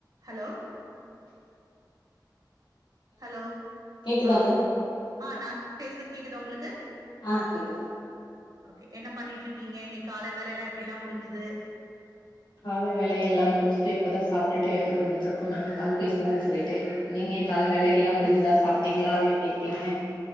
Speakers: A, on the right; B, on the left.
A: Hello hello
B: கேக்குதாங்க
A: ஆ ஆ நா <inaudible> பேசுறது கேக்குதா உங்ளுக்
B: ஆ கேக்குதுங்க
A: ஓகே என்ன பண்ணிட்ருக்கீங்க இன்னைக் கால வேலலா எப்டிலா முடிஞ்சுது
B: கால வேலை எல்லாம் முடிச்சுட்டு இப்பதா சாப்ட்டுட்டு வந்துருக்கோ நாங்க கால் பேசலான் சொல்லிட்டு நீங்க க கால வேலை எல்லாம் முடிஞ்சுதா சாப்ட்டிங்ளா எப்டிருக்கீங்க